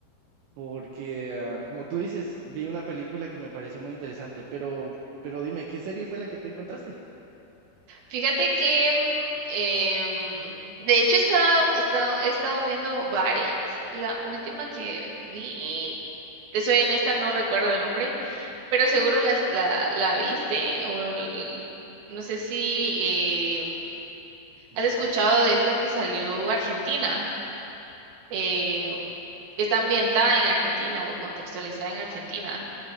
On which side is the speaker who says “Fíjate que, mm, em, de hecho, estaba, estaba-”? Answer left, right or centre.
Right